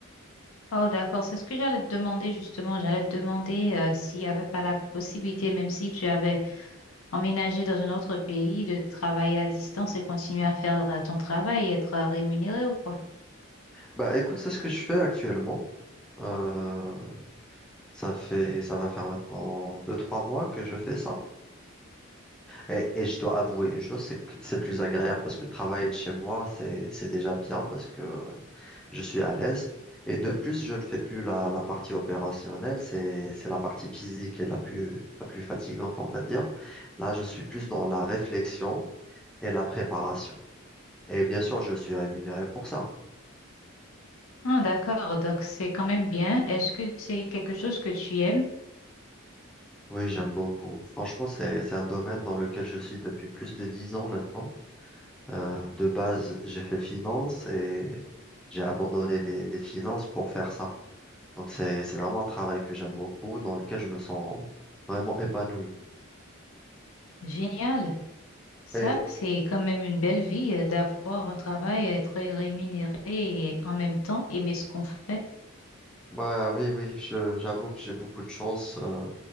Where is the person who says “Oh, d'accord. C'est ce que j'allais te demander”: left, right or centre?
Left